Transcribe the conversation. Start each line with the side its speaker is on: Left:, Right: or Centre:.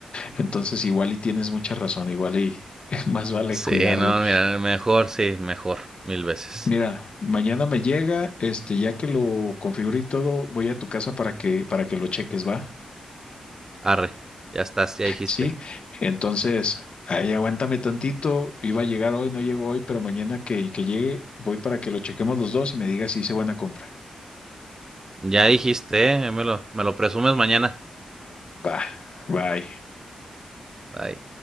Left: Entonces, igual y tienes mucha razón, igual y <laughs> más vale
Right: Sí,
Left: cuidarlo.
Right: no, mira, mejor, sí, mejor, mil veces.
Left: Mira, mañana me llega, este, ya que lo configure y todo, voy a tu casa para que, para que lo cheques, ¿va?
Right: Arre, ya estás, ya dijiste.
Left: Sí, entonces, ahí aguántame tantito, iba a llegar hoy, no llegó hoy, pero mañana que, que llegue, voy para que lo chequemos los dos y me digas si hice buena compra.
Right: Ya dijiste, ¿eh? Me lo, me lo presumes mañana.
Left: Va, bye.
Right: Bye.